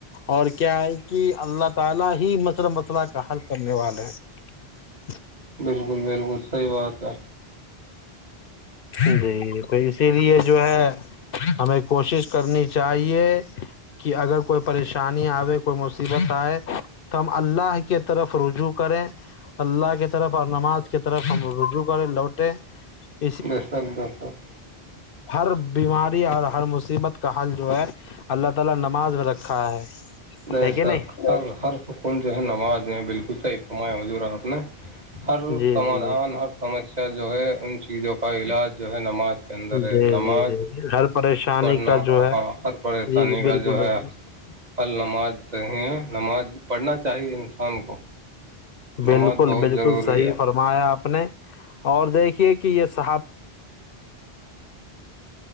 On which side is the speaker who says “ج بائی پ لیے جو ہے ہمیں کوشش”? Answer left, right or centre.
Left